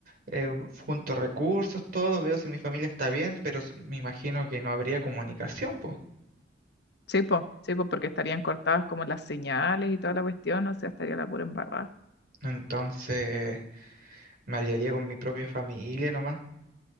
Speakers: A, on the right; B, on the left.
A: eh, junto recursos, todo, veo si mi familia está bien, pero s- me imagino que no habría comunicación, pues.
B: Sí, po, sí, po, porque estarían cortadas como las señales y toda la cuestión, o sea, estaría la pura embarrada.
A: Entonces, me aliaría con mi propia familia nomás,